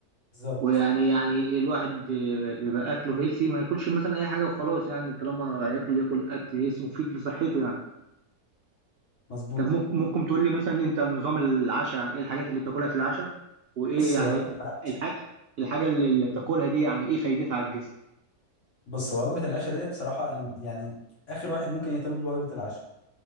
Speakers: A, on the left; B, on the right.
A: بالظبط
B: ويعني يعني الواحد بيبقى اكله هيلسي ما ياكلش مثلا اي حاجه وخلاص يعني طالما هياكل ياكل اكل هيلسي مفيد لصحته يعني
A: مظبوط
B: طب ممكن ممكن تقول لي مثلا انت نظام العشاء يعني ايه الحاجات اللي بتاكلها في العشاء وايه
A: بص
B: يعني
A: هي وجبة العشاء
B: الحاجه الحاجه اللي اللي بتاكلها دي يعني ايه فايدتها على الجسم
A: بص هو وجبة العشاء ديت بصراحة أنا يعني آخر واحد ممكن يهتم بوجبة العشاء